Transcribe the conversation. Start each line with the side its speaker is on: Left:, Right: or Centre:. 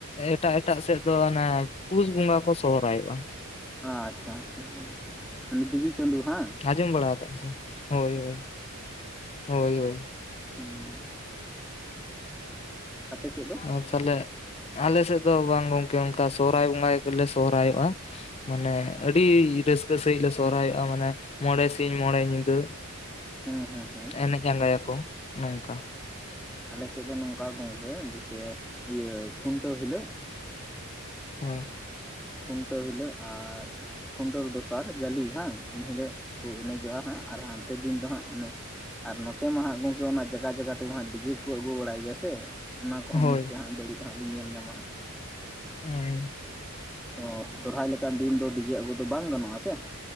Left: ᱮᱴᱟᱜ ᱮᱴᱟᱜ ᱥᱮᱫ ᱫᱚ ᱚᱱᱟ ᱯᱩᱥ ᱵᱚᱸᱜᱟ ᱠᱚ ᱥᱚᱦᱨᱟᱭᱚᱜᱼᱟ᱾
Centre: ᱟᱪᱪᱷᱟ ᱟᱪᱪᱷᱟ ᱢᱟᱱᱮ ᱫᱤᱵᱤ ᱪᱟᱸᱫᱩ ᱦᱟᱸᱜ ᱾
Left: ᱟᱡᱚᱢ ᱵᱲᱟ ᱠᱟᱜ ᱤᱧ ᱦᱚᱭ ᱦᱚᱭ ᱦᱚᱭ ᱦᱚᱭ ᱾
Centre: ᱦᱟᱸ ᱾ ᱟᱯᱮ ᱥᱮᱫ ᱫᱚ ᱾
Left: ᱟᱪᱪᱷᱟ ᱟᱞᱮ ᱟᱞᱮ ᱥᱮᱫ ᱫᱚ ᱵᱟᱝ ᱜᱚᱝᱠᱮ ᱚᱱᱠᱟ ᱥᱚᱦᱚᱨᱟᱭ ᱵᱚᱸᱜᱟ ᱜᱮᱞᱮ ᱥᱚᱦᱨᱟᱭᱚᱜᱼᱟ ᱾ ᱢᱟᱱᱮ ᱟᱹᱰᱤ ᱨᱟᱹᱥᱠᱟᱹ ᱥᱟᱺᱦᱤᱡ ᱞᱮ ᱥᱚᱦᱨᱟᱭᱚᱜᱼᱟ ᱢᱟᱱᱮ ᱢᱚᱬᱮ ᱥᱤᱧ ᱢᱚᱬᱮ ᱧᱤᱫᱟᱹ ᱾
Centre: ᱦᱮᱸ ᱦᱮᱸ ᱦᱮᱸ
Left: ᱮᱱᱮᱡ ᱡᱟᱸᱜᱟᱭᱟ ᱠᱚ ᱱᱚᱝᱠᱟ ᱾
Centre: ᱟᱞᱮ ᱥᱮᱫ ᱫᱚ ᱱᱚᱝᱠᱟ ᱜᱚᱝᱠᱮ ᱡᱮᱭᱥᱮ ᱤᱭᱟᱹ ᱠᱷᱩᱱᱴᱟᱹᱣ ᱦᱤᱞᱳᱜ ᱾
Left: ᱦᱩᱸ ᱾
Centre: ᱠᱷᱩᱱᱴᱟᱹᱣ ᱦᱤᱞᱳᱜ ᱟᱨ ᱾ ᱠᱷᱩᱱᱴᱟᱹᱣ ᱫᱚᱥᱟᱨ ᱡᱟᱞᱤ ᱦᱟᱸᱝ ᱮᱱᱦᱤᱞᱳᱜ ᱠᱚ ᱮᱱᱮᱡᱚᱜᱼᱟ ᱦᱟᱸᱜ ᱟᱨ ᱦᱟᱱᱛᱮ ᱫᱤᱱ ᱫᱚ ᱦᱟᱸᱜ ᱚᱱᱮ ᱾ ᱟᱨ ᱱᱚᱛᱮ ᱢᱟ ᱦᱟᱸᱜ ᱜᱚᱝᱠᱮ ᱚᱱᱟ ᱡᱟᱜᱟ ᱡᱟᱜᱟ ᱛᱮ ᱦᱟᱸᱜ ᱰᱤᱡᱮ ᱠᱚ ᱟᱹᱜᱩ ᱵᱟᱲᱟᱭ ᱜᱮᱭᱟ ᱥᱮ ᱚᱱᱟ ᱠᱚᱦᱚᱸ
Left: ᱦᱳᱭ
Centre: ᱢᱤᱫᱛᱮ ᱦᱟᱸᱜ ᱵᱟᱹᱲᱤᱡ ᱦᱟᱸᱜ ᱵᱤᱧ ᱧᱮᱞ ᱧᱟᱢᱟ ᱦᱟᱸᱜ᱾
Left: ᱚᱸᱧᱡ <unintelligible>
Centre: ᱚ ᱥᱚᱨᱦᱟᱭ ᱞᱮᱠᱟᱱ ᱫᱤᱱ ᱫᱚ ᱰᱤᱡᱮ ᱟᱹᱜᱩ ᱫᱚ ᱵᱟᱝ ᱜᱟᱱᱚᱜᱼᱟ ᱥᱮ ᱾